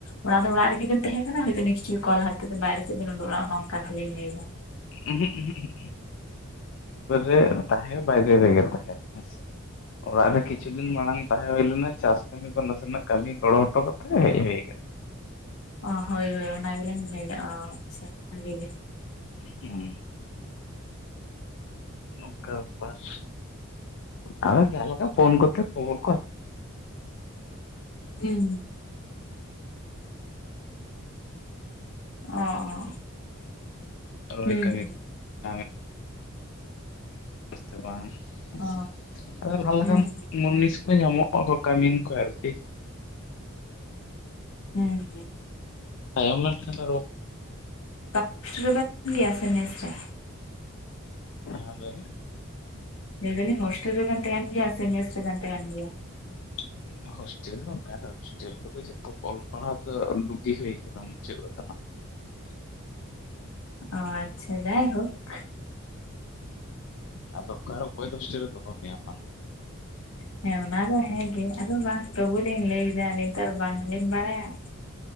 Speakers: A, on the left; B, on the left.
A: ᱚᱲᱟᱜ ᱫᱚ ᱚᱲᱟᱜ ᱨᱮᱜᱮ ᱵᱮᱱ ᱛᱟᱦᱮᱸ ᱠᱟᱱᱟ ᱱᱮᱥᱪᱩᱭ ᱠᱚᱞ ᱞᱟᱦᱟ ᱱᱤᱛᱳᱜ ᱫᱚ ᱵᱟᱭᱨᱥᱮᱫ ᱵᱮᱱ ᱩᱰᱳᱜ ᱱᱚᱝᱠᱟ ᱱᱟᱜ ᱞᱤᱧ ᱞᱟᱹᱭᱫᱟ?
B: ᱩᱦᱩᱜ ᱩᱦᱩᱜ, ᱮᱠᱵᱟᱨᱮ ᱛᱟᱦᱮᱸ ᱵᱟᱭᱨᱮ ᱜᱮ ᱛᱟᱦᱮᱸ ᱦᱮᱸ ᱥᱮ? ᱚᱲᱟᱜ ᱨᱮ ᱠᱤᱪᱷᱩ ᱫᱤᱱ ᱢᱟᱲᱟᱝ, ᱛᱟᱦᱮᱸ ᱦᱳᱭ ᱞᱮᱱᱟ ᱪᱟᱥ ᱠᱟᱹᱢᱤ ᱠᱚ ᱱᱟᱥᱮᱱᱟᱜ ᱠᱟᱹᱢᱤ ᱜᱚᱲᱚ ᱦᱚᱴᱚ ᱠᱟᱛᱮ ᱦᱮᱡ ᱦᱳᱭ ᱟᱠᱟᱱᱟ ᱾
A: ᱚ ᱦᱳᱭ ᱦᱳᱭ ᱚᱱᱟ ᱜᱮᱞᱤᱧ ᱞᱟᱹᱭᱫᱟ ᱚ ᱟᱪᱪᱷᱟ, ᱵᱷᱟᱜᱮ ᱜᱮ
B: ᱦᱩᱸ, ᱱᱚᱝᱠᱟ ᱵᱮᱯᱟᱨ ᱟᱫᱚ ᱡᱟᱦᱟᱱ ᱞᱮᱠᱟ ᱯᱷᱳᱱ ᱠᱚᱛᱮ ᱠᱷᱚᱵᱚᱨ ᱠᱚ
A: <inaudible> ᱚ ᱚ
B: <inaudible> ᱨᱚᱭ
A: ᱦᱩᱸ
B: ᱠᱟᱹᱢᱤ <inaudible> ᱛᱚ ᱵᱟᱝ ᱦᱮ
A: ᱚ
B: ᱥᱮ, ᱛᱚᱵᱮ ᱞᱟᱦᱟ ᱞᱮᱠᱟᱱ
A: ᱦᱩᱸ
B: ᱢᱩᱱᱤᱥ ᱠᱚ ᱧᱟᱢᱚᱜ ᱦᱚ ᱠᱚ ᱠᱟᱢᱤᱱ ᱠᱚ ᱟᱨᱠᱤ,
A: ᱦᱮᱸ ᱦᱮᱸ,
B: ᱛᱟᱭᱚᱢ ᱞᱮᱱᱠᱷᱟᱱ ᱟᱨᱚ,
A: <inaudible> ᱥᱮ ᱢᱮᱮᱥ ᱨᱮ?
B: <unintelligible>
A: ᱞᱟᱹᱭ ᱫᱟᱞᱤᱧ ᱦᱳᱥᱴᱮᱞ ᱨᱮᱵᱮᱱ ᱛᱟᱦᱮᱱ ᱜᱮᱭᱟ ᱥᱮ ᱢᱮᱥ ᱨᱮᱵᱮᱱ ᱛᱟᱦᱮᱱ ᱜᱮᱭᱟ?
B: <unintelligible> ᱦᱳᱥᱴᱮᱞ ᱫᱚ ᱚᱱᱠᱟ ᱨᱮ ᱦᱳᱥᱴᱮᱞ ᱠᱚ ᱫᱚ ᱡᱚᱛᱚ ᱚᱞ ᱯᱟᱲᱦᱟᱜ ᱫᱚ ᱫᱩᱜᱤ ᱦᱳᱭ ᱠᱟᱱᱟ ᱢᱩᱪᱟᱹᱫ ᱠᱟᱱᱟ ᱾ <unintelligible>
A: ᱚ ᱟᱪᱪᱷᱟ ᱡᱟᱭᱦᱳᱠ,
B: ᱟᱫᱚ ᱚᱠᱟᱨᱮ ᱚᱠᱚᱭ ᱫᱚ ᱫᱳᱥᱴᱮᱞ ᱨᱮ ᱫᱚᱦᱚ ᱢᱮᱭᱟ ᱢᱟ ᱞᱮ ᱢᱮ?
A: ᱦᱮ ᱚᱱᱟ ᱫᱚ ᱦᱮ ᱜᱮ ᱟᱫᱚ ᱵᱟᱝ ᱛᱚᱵᱩ ᱞᱤᱧ ᱞᱟᱹᱭᱫᱟ ᱱᱮᱛᱟᱨ ᱵᱟᱝ, ᱦᱮᱡ ᱵᱟᱲᱟᱭᱟ ᱾